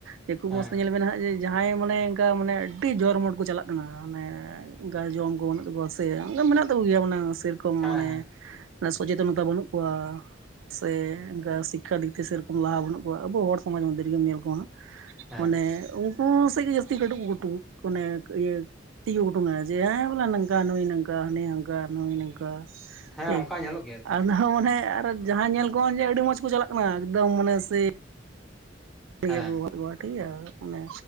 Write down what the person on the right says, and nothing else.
ᱡᱮ ᱠᱷᱩᱵ
ᱢᱚᱸᱡᱽ ᱛᱮ ᱧᱮᱞ ᱵᱮᱱ ᱦᱟᱸᱜ ᱡᱮ ᱡᱟᱦᱟᱸᱭ ᱢᱟᱱᱮ ᱚᱱᱠᱟ ᱢᱟᱱᱮ ᱟᱹᱰᱤ ᱡᱳᱨ ᱢᱳᱴ ᱠᱚ ᱪᱟᱞᱟᱜ ᱠᱟᱱᱟ ᱢᱟᱱᱮ ᱚᱱᱠᱟ ᱡᱚᱢ ᱠᱚ ᱵᱟᱹᱱᱩᱜ ᱛᱟᱠᱚᱣᱟ ᱥᱮ ᱚᱱᱠᱟ ᱢᱮᱱᱟᱜ ᱛᱟᱠᱚ ᱜᱮᱭᱟ ᱢᱟᱱᱮ ᱥᱮᱨᱚᱠᱚᱢ
ᱢᱟᱱᱮ
ᱥᱚᱪᱮᱛᱚᱱᱚᱛᱟ ᱵᱟᱹᱱᱩᱜ ᱠᱚᱣᱟ ᱾ ᱥᱮ ᱚᱱᱠᱟ ᱥᱤᱠᱷᱟ ᱫᱤᱠᱛᱮ ᱥᱮᱨᱚᱠᱚᱢ ᱞᱟᱦᱟ ᱵᱟᱱᱩᱜ ᱠᱚᱣᱟ ᱟᱵᱚ ᱦᱚᱲ ᱥᱚᱢᱟᱡᱽ ᱢᱚᱫᱽᱫᱷᱮ ᱨᱮᱜᱮ ᱧᱮᱞ ᱠᱚᱣᱟ ᱦᱟᱸᱜ ᱾
ᱢᱟᱱᱮ ᱩᱱᱠᱩ ᱥᱮᱡ ᱜᱮ ᱡᱟᱹᱥᱛᱤ ᱠᱟᱹᱴᱩ ᱠᱟᱹᱴᱩ ᱢᱟᱱᱮ ᱤᱭᱟᱹ ᱛᱤᱭᱳᱴ ᱾ ᱛᱩ ᱡᱮ ᱵᱚᱞᱟ ᱱᱟᱝᱠᱟ ᱱᱩᱭ ᱱᱟᱝᱠᱟ ᱦᱟᱱᱤ ᱦᱟᱝᱠᱟ ᱱᱩᱭ ᱱᱟᱝᱠᱟ
ᱴᱷᱤᱠ
ᱟᱨᱦᱚᱸ ᱢᱟᱱᱮ ᱟᱨᱚ ᱡᱟᱦᱟᱸ ᱧᱮᱞ ᱠᱚᱢ ᱡᱮ ᱟᱹᱰᱤ ᱢᱚᱸᱡᱽ ᱠᱚ ᱪᱟᱞᱟᱜ ᱠᱟᱱᱟ ᱮᱠᱫᱚᱢ ᱢᱟᱱᱮ ᱥᱮ
ᱟᱹᱜᱩ ᱟᱠᱟᱫ ᱠᱚᱣᱟ ᱴᱷᱤᱠ ᱜᱮᱭᱟ ᱢᱟᱱᱮ